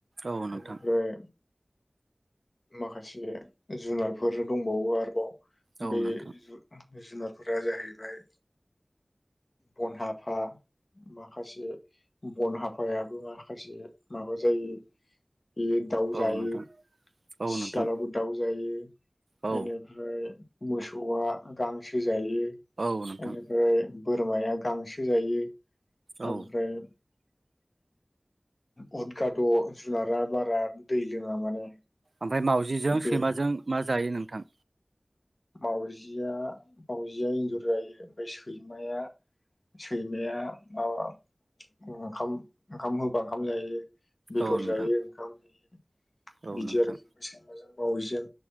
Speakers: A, on the right; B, on the left.
A: औ नोंथां औ नोंथां
B: बेनिफ्राय माखासे जुनारफोर दंबावो आरोबाव
A: औ नोंथां
B: बे जुनारफोरा जाहैबाय बनहाफा माखासे बनहाफायाबो माखासे माबा जायो बेयो दाउ जायो
A: औ नोंथां
B: सियालाबो दाउ जायो
A: औ
B: बेनिफ्राय मोसौआ गांसो जायो
A: औ नोंथां
B: ओमफ्राय बोरमाया गांसो जायो
A: औ
B: ओमफ्राय उदगाथ' जुनारा बारा दै लोङा माने
A: ओमफ्राय मावजिजों
B: बे
A: सैमाजों मा जायो नोंथां
B: मावजिया मावजिया एन्जर जायो ओमफ्राय सैमाया सैमाया माबा ओंखाम ओंखाम होबा ओंखाम जायो बेदर
A: औ नोंथां
B: जायो ओंखाम होयो
A: औ
B: बिदि
A: नोंथां
B: आरोखि सैमाजों मावजिजों